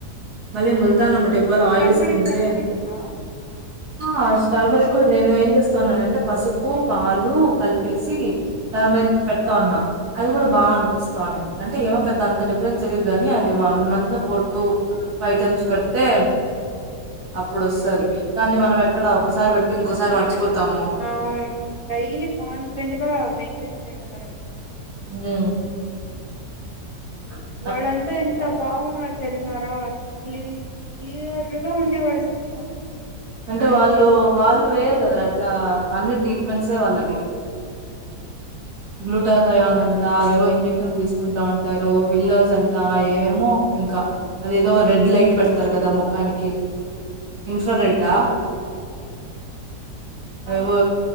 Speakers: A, on the right; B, on the right.
A: మళ్ళీ ముళతాని మట్టి ఎక్కువేళ ఆయిలీ
B: టర్మరిక్
A: స్కిన్ ఉంటే
B: టర్మరిక్ వద్దా
A: ఆ స్టార్మరిక్
B: పసుపు
A: కూడా నేను ఏం చేస్తా ఉన్నానంటే పసుపు పాలు
B: అవును
A: కలిపేసి కామెంట్ పెడ్త ఉన్నా అది గుడా బాగా అనిపిస్తావునండి అంటే ఏమో పెద్ద అంత డిఫరెన్స్. తెలియదు గానీ అది వన్ మంత్ లో ఫోర్ టూ ఫై టమ్స్ పెడితే. అప్పుడోస్తది కాన్ని మనం ఎక్కడ ఒకసారి పెట్టి ఇంకోసారి మర్చిపోతాము.
B: అవున్ డైలీ కాన్స్టెంట్ గా మెయింటైన్ చేయి ఏమ.
A: గ. ఆ.
B: వాళ్ళంతా ఎంత బాగున్నారు తెలుసారా స్ క్లీ క్లియర్గా ఉంది వాళ్ళ. స్కిన్
A: అంటే వాళ్ళు వాళ్ళు వేయరు గద రా అట్లా అన్ని ట్రీట్మెంట్సే వాళ్ళవి. బ్లూటాత్ అయాన్ అంట అదేవో ఇంజక్షన్లు తీసుకుంటా ఉంటారు ఫిల్లర్స్ అంటా ఏవేమో. ఇంకా అదేదో రెడ్ లైట్ పెడతరు కదా ముఖానికి ఇన్ఫ్రా రెడ్. డా
B: ఆ
A: ఏవో